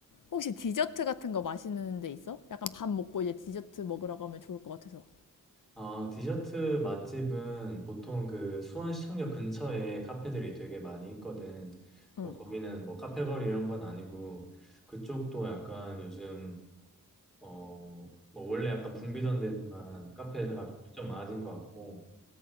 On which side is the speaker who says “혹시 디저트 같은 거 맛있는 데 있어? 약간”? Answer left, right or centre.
Left